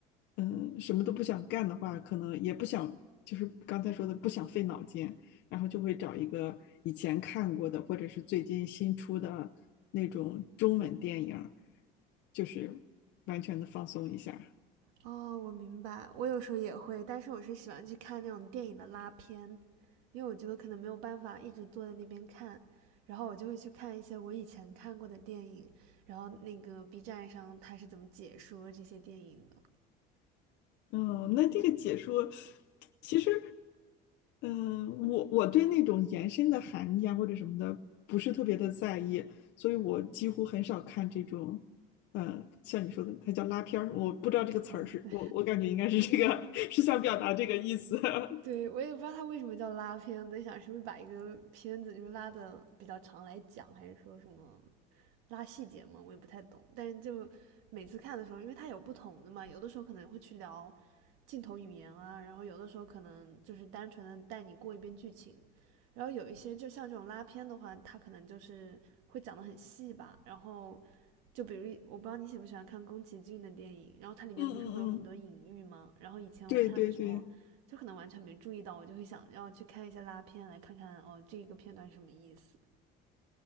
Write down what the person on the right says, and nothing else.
哦，我明白，我有时候也会，但是我是喜欢去看那种电影的拉片，因为我觉得可能没有办法一直坐在那边看，然后我就会去看一些我以前看过的电影，然后那个 B 站上它是怎么解说这些电影的。
嗯，对。
对，我也不知道它为什么叫拉片，我在想是不是把一个片子就是拉的比较长来讲，还是说什么拉细节嘛，我也不太懂。但是就每次看的时候，因为它有不同的嘛，有的时候可能会去聊镜头语言啊，然后有的时候可能就是单纯的带你过一遍剧情，然后有一些就像这种拉片的话，它可能就是会讲得很细吧。然后就比如我不知道你喜不喜欢看宫崎骏的电影，然后它里面不是会有很多隐喻吗？
然后以前我看的时候，
就可能完全没注意到，我就会想要去看一下拉片来看看哦这个片段是什么意思。